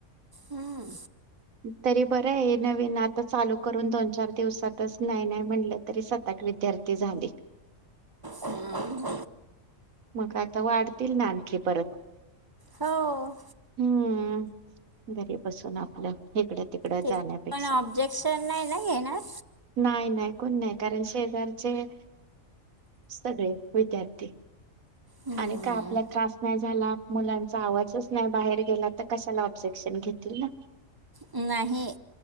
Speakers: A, on the right (about 20°); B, on the right (about 85°).
A: हम्म.
B: तरी बरं आहे. नवीन आता चालू करून दोन चार दिवसातच नाही नाही म्हणलं तरी, सात आठ विद्यार्थी झाले.
A: हम्म.
B: मग, आता वाढतील ना आणखी परत.
A: हाव.
B: हम्म घरी बसून आपलं, हिकडं तिकडं
A: ते
B: जाण्यापेक्षा.
A: पण ऑब्जेक्शन नाही ना घेणार
B: नाही नाही कोण नाही. कारण शेजारचे सगळे विद्यार्थीय....
A: हम्म,
B: अरे काय आपला त्रास नाही झाला, मुलांचा आवाजच नाही बाहेर गेला, तर कशाला ऑब्जेक्शन घेतील ना.
A: नाही,